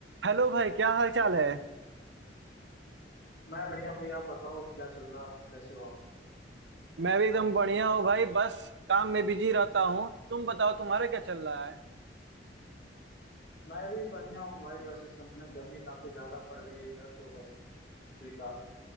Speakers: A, on the right; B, on the left.
A: हेलो भाई क्या हाल चाल है
B: मैं बढ़िया भाई आप बताओ क्या चल रहा कैसे हो आप?
A: मैं भी एकदम बढ़िया हूँ भाई बस काम में बिजी रहता हूँ तुम बताओ तुम्हारा क्या चल रहा है
B: मैं भी बढ़िया हूँ भाई बस इस समय गर्मी काफी ज्यादा पड़ रही है इधर तो बस ठीक है